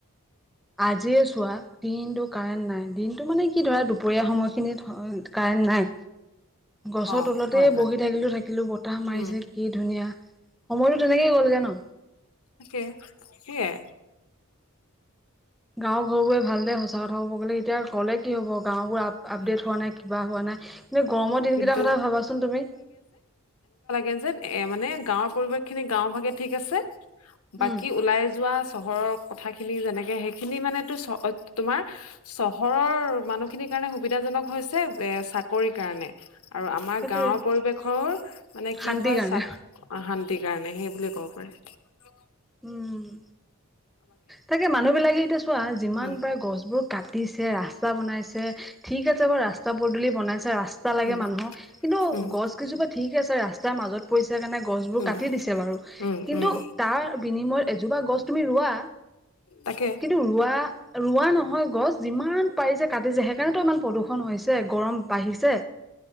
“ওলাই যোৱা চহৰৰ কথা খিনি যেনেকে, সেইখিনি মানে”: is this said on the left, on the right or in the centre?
Left